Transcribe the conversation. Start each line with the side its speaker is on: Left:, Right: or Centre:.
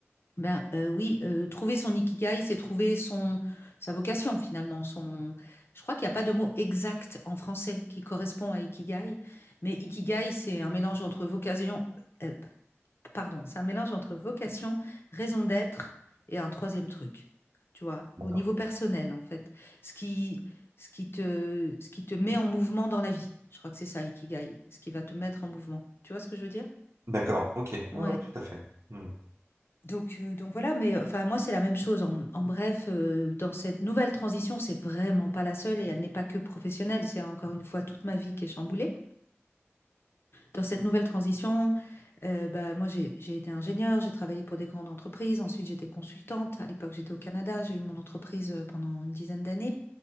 Left: Ben euh, oui, euh, trouver son ikigai, c'est trouver son sa vocation finalement. Son, je crois qu'il n'y a pas de mot exact en français qui correspond à ikigai, mais ikigai, c'est un mélange entre vocation, euh, pardon, c'est un mélange entre vocation, raison d'être et un troisième truc, tu vois,
Right: D'accord.
Left: au niveau personnel, en fait. Ce qui, ce qui te, ce qui te met en mouvement dans la vie. Je crois que c'est ça, Ikigai, ce qui va te mettre en mouvement. Tu vois ce que je veux dire?
Right: D'accord, ok.
Left: Ouais.
Right: Ouais, ouais, tout à fait. Hmm.
Left: Donc, euh, donc voilà, mais enfin moi c'est la même chose. En, en bref, euh, dans cette nouvelle transition, c'est vraiment pas la seule et elle n'est pas que professionnelle. C'est encore une fois toute ma vie qui est chamboulée. dans cette nouvelle transition, euh, bah, moi, j'ai j'ai été ingénieure, j'ai travaillé pour des grandes entreprises. Ensuite, j'étais consultante. À l'époque, j'étais au Canada. J'ai eu mon entreprise euh, pendant une dizaine d'années